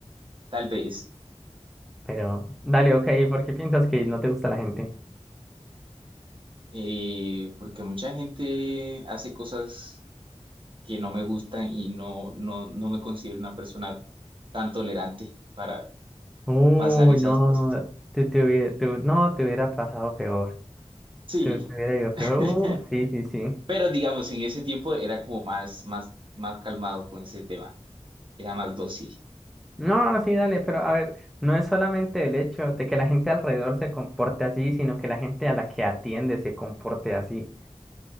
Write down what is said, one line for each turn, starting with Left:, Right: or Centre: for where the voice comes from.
Right: tal vez,
Centre: Pero, dale, ok, ¿por qué piensas que no te gusta la gente?
Right: eh, porque mucha gente hace cosas que no me gustan y no, no, no me considero una persona tan tolerante para
Centre: Uy,
Right: pasar esas
Centre: no,
Right: cosas.
Centre: te, te hubie- te hu- no, te hubiera pasado peor.
Right: Sí,
Centre: Te, te hubiera ido
Right: <laughs>
Centre: peor. Uh, sí, sí, sí.
Right: pero digamos, en ese tiempo era como más, más, más calmado con ese tema, era más dócil.
Centre: No, sí, dale, pero a ver, no es solamente el hecho de que la gente alrededor se comporte así, sino que la gente a la que atiende se comporte así.